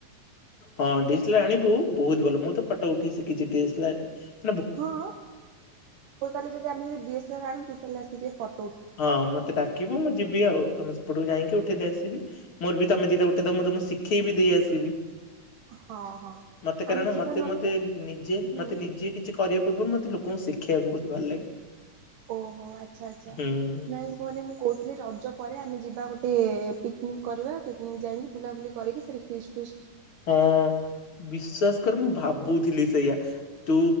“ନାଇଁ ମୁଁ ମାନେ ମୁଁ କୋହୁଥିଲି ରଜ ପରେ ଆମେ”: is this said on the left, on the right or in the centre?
Right